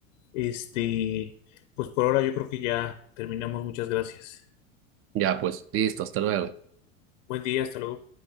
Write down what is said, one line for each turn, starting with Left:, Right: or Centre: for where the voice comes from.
Left: Este, pues por ahora yo creo que ya terminamos. Muchas gracias.
Right: Ya, pues, listo, hasta luego.
Left: Buen día, hasta luego.